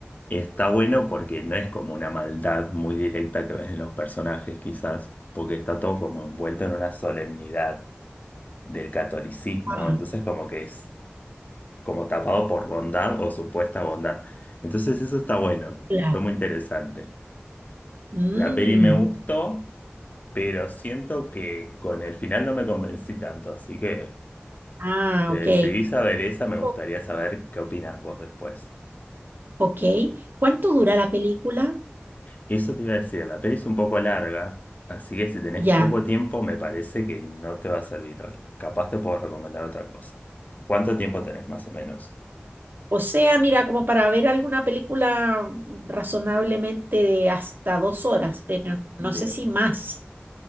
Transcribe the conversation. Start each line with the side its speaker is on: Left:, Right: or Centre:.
Left: está bueno porque no es como una maldad muy directa que ves en los personajes, quizás, porque está todo como envuelto en una solemnidad del catolicismo.
Right: Ah,
Left: Entonces como que es como tapado por bondad o supuesta bondad. Entonces eso está bueno,
Right: claro.
Left: fue muy interesante.
Right: Mm,
Left: La peli me gustó, pero siento que con el final no me convencí tanto, así que
Right: ah,
Left: si te
Right: ok.
Left: decidís a ver esa, me gustaría
Right: O-
Left: saber qué opinas vos después.
Right: Ok. ¿Cuánto dura la película?
Left: Eso te iba a decir, la peli es un poco larga, así que si tenés
Right: Ya.
Left: poco tiempo, me parece que no te va a servir hoy. Capaz te puedo recomendar otra cosa. ¿Cuánto tiempo tenés más o menos?
Right: O sea, mira, como para ver alguna película razonablemente de hasta dos horas, pero no
Left: Bien,
Right: sé si más.